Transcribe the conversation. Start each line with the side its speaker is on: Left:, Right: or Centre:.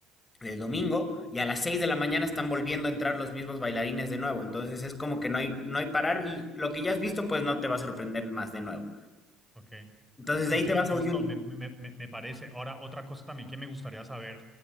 Left: el domingo y a las 6 de la mañana están volviendo a entrar los mismos bailarines de nuevo. Entonces es como que no hay, no hay parar y lo que ya has visto pues no te va a sorprender más de nuevo.
Centre: Ok.
Left: Entonces
Centre: Ok,
Left: de ahí te vas
Centre: listo,
Left: a Uyuni.
Centre: me, me- me- me parece. Ahora, otra cosa también que me gustaría saber,